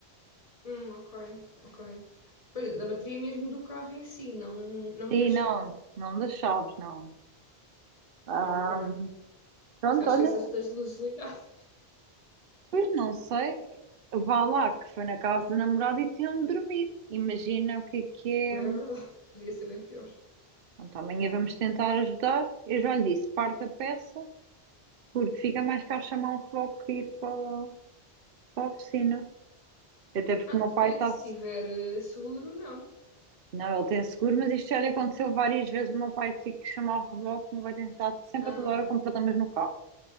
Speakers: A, on the left (about 35°); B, on the right (about 60°).
A: Hum, ok, ok. Pois, da bateria mesmo do carro em si, não, não
B: Sim,
A: da chave.
B: não, não das chaves, não. Ahm,
A: Ok.
B: pronto,
A: Se calhar
B: olha,
A: esquecesse das luzes ligadas.
B: pois não sei. Vá lá, que foi na casa do namorado e tinham de dormir. Imagina o que é que é.
A: Também é verdade. Podia ser bem pior.
B: Pronto, amanhã vamos tentar ajudar. Eu já lhe disse, parte a peça, porque fica mais caro chamar um reboque que ir para, para a oficina. Até porque
A: Ah,
B: o meu
A: depende,
B: pai está.
A: se tiver eh, seguro, não.
B: Não, ele tem seguro, mas isto já lhe aconteceu várias vezes. O meu pai tem que chamar o reboque, o meu pai tem estado sempre
A: Ah,
B: a toda hora com problemas no carro.